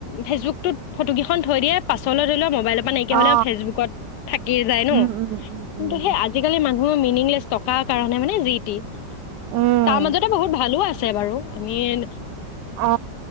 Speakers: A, on the left; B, on the right.
A: ফেচবুকটোত ফটোকেইখন থৈ দিয়ে পাছলৈ ধৰি লোৱা। মোবাইলৰ পৰা নাইকিয়া
B: অ
A: হলে ফেচবুকত থাকিয়ে যায় ন
B: উম উম উম
A: কিন্তু
B: উম
A: সেই আজি কালি মানুহ হুম মিনিংলেছ টকাৰ কাৰণে মানে জি তি
B: উম
A: তাৰ মাজতে বহুত ভালো আছে বাৰু আমিন
B: অ